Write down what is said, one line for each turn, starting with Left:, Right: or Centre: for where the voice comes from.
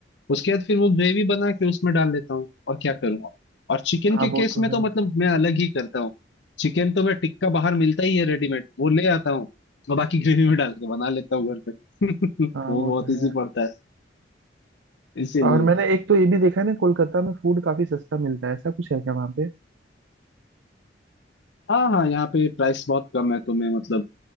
Left: उसके बाद फिर वो ग्रेवी बना के उसमें डाल लेता हूँ और क्या करूँगा और चिकन
Right: हाँ
Left: के केस
Right: वो तो
Left: में तो
Right: है
Left: मतलब मैं अलग ही करता हूँ चिकन तो मैं टिक्का बाहर मिलता ही है रेडीमेड वो ले आता हूँ और बाकी ग्रेवी में डाल के बना लेता हूँ घर पे <laughs> वो
Right: हाँ वो
Left: बहुत
Right: तो है
Left: इजी पड़ता है इसीलिए
Right: और मैंने एक तो ये भी देखा है ना कोलकाता में फूड काफी सस्ता मिलता है ऐसा कुछ है क्या वहाँ पे
Left: हाँ हाँ यहाँ पे प्राइस बहुत कम है तो मैं मतलब